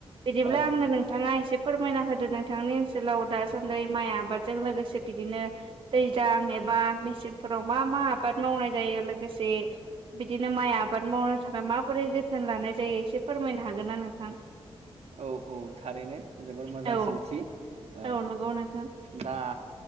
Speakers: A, on the right; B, on the right.
A: बिदिब्ला
B: ओ
A: आंनो नोंथाङा एसे फोरमायना होदो नोंथांनि ओनसोलाव दासान्दि माइ आबादजों लोगोसे बिदिनो दैज्लां बा मेसे फोराव मा मा आबाद मावनाय जायो लोगोसे बिदिनो माइ आबाद मावनो थाखाय माबोरै जोथोन लानाय जायो एसे फोरमायनो हागोन ना नोंथां
B: औ औ थारैनो जोबोर मोजां
A: औ
B: सोंथि ओ
A: औ नंगौ नोंथां।
B: दा